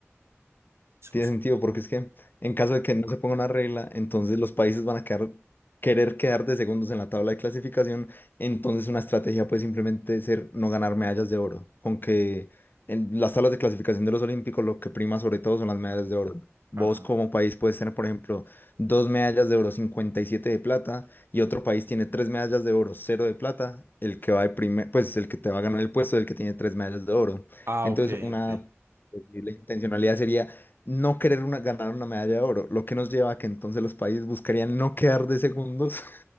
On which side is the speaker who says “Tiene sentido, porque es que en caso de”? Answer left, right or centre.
Left